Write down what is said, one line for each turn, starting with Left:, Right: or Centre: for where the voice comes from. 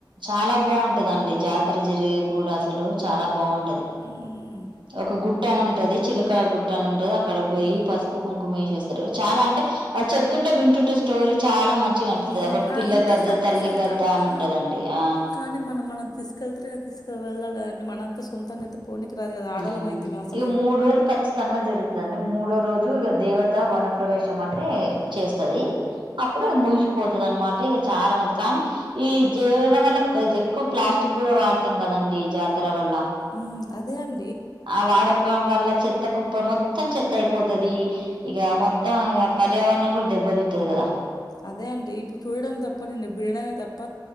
Right: చాలా బాగుంటదండి జా తర జరిగే కూడా అసలు చాలా బాగుంటది
Left: హ్మ్.
Right: ఒక గుట్ట అని ఉంటది చిలకల గుట్ట అని ఉంటది అ అక్కడ పోయి
Left: హ్మ్.
Right: పసుపు కుంకుమేసి వస్తారు చాలా అంటే అ చెప్తుంటే వింటుంటే స్టోరీ చాలా మన్ చిగ కనిపింది
Left: హ్మ్.
Right: ఒకటి
Left: ఆ!
Right: పిల్ల
Left: ఇంట్రెస్ట్
Right: గద్ద
Left: అనిపిస్తది
Right: తల్లి గద్దా
Left: కానీ
Right: అని
Left: ఆ!
Right: ఉంటదండి ఆ
Left: కానీ మనం మనం తీసుకెళ్తారు తీసుకె వెళ్లాలి కదండి మనంత సొంతంగా అయితే పోనీకి రాదు కదా. ఆడోళ్ళం
Right: మ్మ్
Left: అయితిమి అసలే.
Right: ఇగ మూడు రోజులు ఖచ్చితంగా జరుగుతుండి మూడో రోజు ఇగ దేవ త వనప్రవేశం అంటే చేస్తది అప్పుడు ముగిసిపోతది అన్నమాట ఇక చాలా మంది కా కానీ ఈ జేయడం వల్ల ఎక్కువ ప్లాస్టిక్ కూడా వాడతాం కదండి జాతర వల్ల.
Left: మ్మ్ అదేన్
Right: ఆ వాడకం వల్ల చెత్త కుప్ప మొత్తం చెత్త అయిపోతది. ఇగ మొత్తం ఇక పర్యావరణం కూడా దెబ్బతింటది కదా
Left: అదే అండి ఇప్పుడు చూడడం తప్పనండి బిడడమే తప్ప